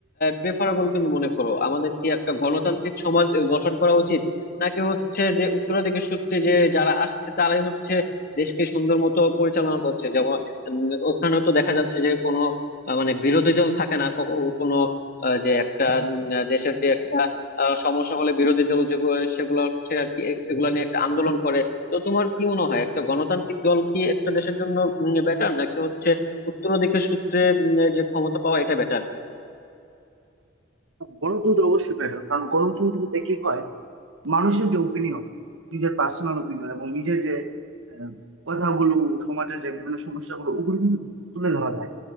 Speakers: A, on the left; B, on the right.
A: প্রেফারেবল তুমি মনে করো আমাদের কি একটা গণতান্ত্রিক সমাজ গঠন করা উচিত নাকি হচ্ছে যে উত্তরাধিকার সূত্রে যে যারা আসছে তারাই হচ্ছে দেশকে সুন্দর মতো পরিচালনা করছে যেমন উম, ওখানে তো দেখা যাচ্ছে যে কোনো আহ, মানে বিরোধী দল থাকে না কখনো- কোনো আহ, যে একটা উম, আহ, দেশের যে একটা আহ, সমস্যা হলে বিরোধী দল যেগুলো সেগুলো হচ্ছে আর কি এগুলো নিয়ে একটা আন্দোলন করে তো তোমার কি মনে হয় একটা গণতান্ত্রিক দল কি একটা দেশের জন্য বেটার নাকি হচ্ছে উত্তরাধিকার সূত্রে উম, যে ক্ষমতা পাওয়া এটা বেটার
B: গণতন্ত্র অবশ্যই বেটার কারণ গণতন্ত্রতে কি হয় মানুষের যে ওপিনিয়ন নিজের পার্সোনাল ওপিনিয়ন এবং নিজের যে আহ, কথাগুলো সমাজের যে বিভিন্ন সমস্যাগুলো ওগুলো কিন্তু তুলে ধরা যায়